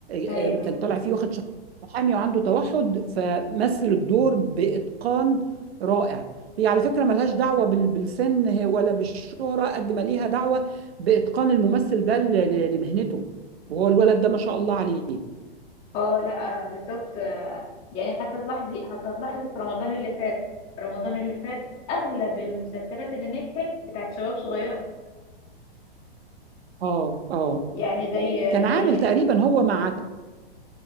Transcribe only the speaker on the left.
ايوه
اه لا آه، بالظبط آه، يعني حتى تلاحظي حتى تلاحظي في رمضان اللي فات رمضان اللي فات اغلب المسلسلات اللي نجحت بتاعت شباب صغيره
يعني زي
آه،
زي